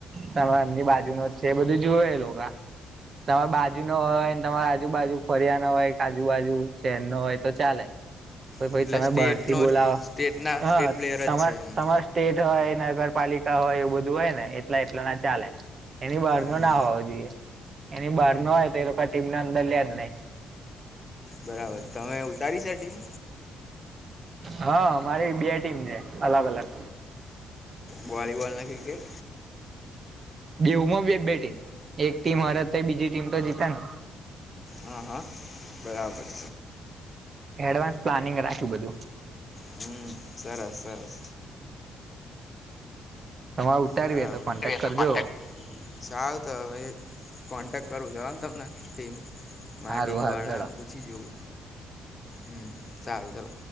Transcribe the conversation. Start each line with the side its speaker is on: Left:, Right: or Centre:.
Right: તમા એમની બાજુ નો જ છે એ બધું જોુવે લોકો આ તમારા બાજુ નો હોય તમારા આજુબાજુ ફરિયાણા હોય આજુબાજુ ચેનો હોય તો ચાલે. ભાઈ
Left: એટલે
Right: તમે
Left: સ્ટેટનો
Right: બહાર થી બોલાવો
Left: સ્ટેટના
Right: હ
Left: સ્ટેટ પ્લેયર જ
Right: તમારે
Left: છે એમ
Right: તમાર સ્ટેટ હોય નગરપાલિકા હોય એવું બધું હોય ને એટલા એટલા ના ચાલે એની બહાર
Left: હમ
Right: નો ના હોવો જોઈએ. એની બહાર નો હોય તો એ લોકો ટીમને અંદર લ્યા જ નહી.
Left: બરાબર તમે ઉતારી સેટિંગ.
Right: હા મારી બે ટીમ છે અલગ અલગ
Left: વોલીબોલને ક્રિકેટ.
Right: બેઉ માં બે બે ટીમ એક ટીમ હાર તો બીજી ટીમ તો જીતા ને.
Left: હા હા બરાબર.
Right: એડવાન્સ પ્લાનિંગ રાખું બધું.
Left: હમ સરસ સરસ.
Right: તમારે ઉતારવી
Left: બરાબર
Right: કોન્ટેક્ટ
Left: જોઇ એ તો
Right: કરજો
Left: કોન્ટેક. સારું તો હવે કોન્ટેક કરું‌ જળાઉ તમને ટીમ મારી
Right: હારું
Left: ટીમ
Right: હારું
Left: વાળા
Right: હેડો
Left: પુછી જોઉં હું સારું ચલો.